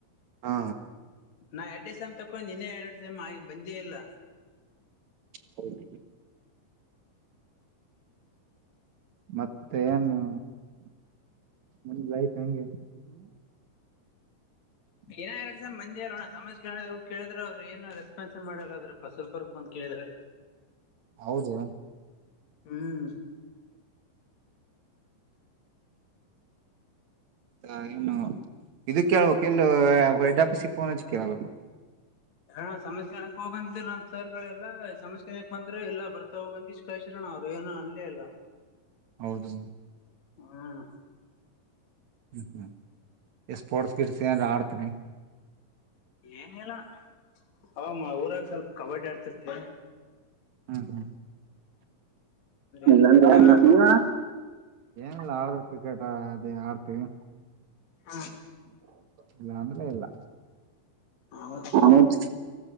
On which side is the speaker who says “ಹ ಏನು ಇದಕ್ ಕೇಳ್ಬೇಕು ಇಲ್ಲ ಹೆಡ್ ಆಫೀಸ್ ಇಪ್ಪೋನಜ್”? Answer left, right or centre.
Right